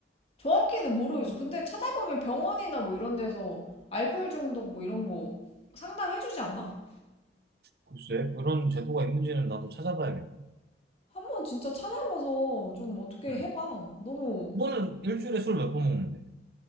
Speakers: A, on the left; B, on the right.
A: 정확히는 모르겠어. 근데 찾아보면 병원이나 뭐 이런 데서 알코올 중독 뭐 이런 거 상담해주지 않아?
B: 글쎄. 그런 제도가 있는지는 나도 찾아봐야겠네.
A: 한번 진짜 찾아봐서 좀 어떻게
B: 음.
A: 해봐. 너무
B: 너는 일주일에 술 몇 번 먹는데?